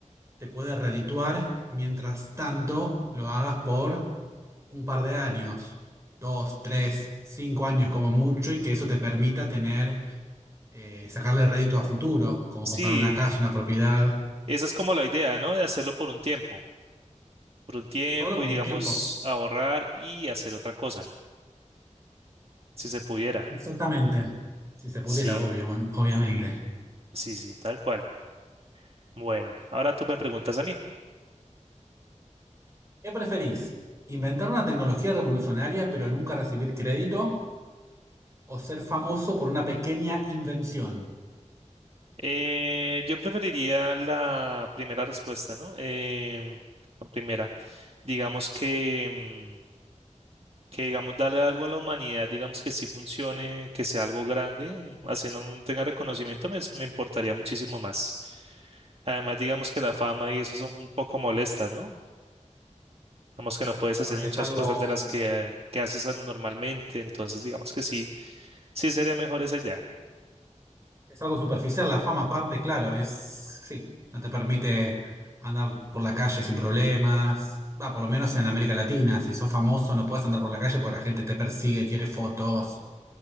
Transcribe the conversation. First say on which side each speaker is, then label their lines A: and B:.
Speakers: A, on the right (about 25°); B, on the right (about 50°).
A: te puede redituar mientras tanto lo hagas por un par de años, dos, tres, cinco años como mucho, y que eso te permita tener, eh, sacarle rédito a futuro, como
B: sí.
A: comprar una casa, una propiedad,
B: Esa es como la idea, ¿no? De hacerlo por un tiempo, por un tiempo
A: solo por
B: y
A: un
B: digamos
A: tiempo.
B: ahorrar y hacer otra cosa, si se pudiera.
A: Exactamente. Si se pudiera,
B: Sí,
A: obvio, man- obviamente.
B: sí, sí, tal cual. Bueno, ahora tú me preguntas a mí.
A: ¿Qué preferís? ¿Inventar una tecnología revolucionaria pero nunca recibir crédito? ¿O ser famoso por una pequeña invención?
B: Eh, yo preferiría la primera respuesta, ¿no? Em, la primera. Digamos que... mm, que digamos darle algo a la humanidad, digamos que sí funcione, que sea algo grande, así no tenga reconocimiento, me, me importaría muchísimo más. Además, digamos que la fama y eso son un poco molestas, ¿no? Digamos que no puedes
A: Ahora,
B: hacer muchas
A: Es algo
B: cosas de las que, que haces normalmente, entonces digamos que sí, sí sería mejor esa idea.
A: Es algo superficial, la fama aparte, claro, es, sí, no te permite andar por la calle sin problemas. Va, por lo menos en América Latina, si sos famoso no puedes andar por la calle porque la gente te persigue, quiere fotos.